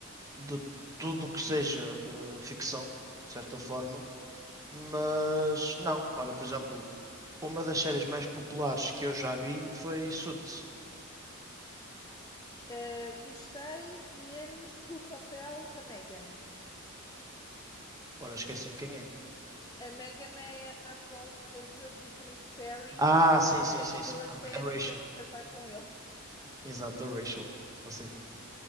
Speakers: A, on the right; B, on the left.
A: de tudo o que seja eh, ficção, de certa forma. Mas não, olha, por exemplo, uma das séries mais populares que eu já vi foi Suits.
B: Eh, Gostei menos do papel da Meghan.
A: Ora, esqueci-me quem é.
B: A Meghan é a atual esposa do Príncipe Harry,
A: Ah, sim,
B: que
A: sim,
B: deixou
A: sim, sim.
B: a série
A: Ok, A Rachel.
B: para se casar com ele.
A: Exato, a Rachel. Não sei quem é.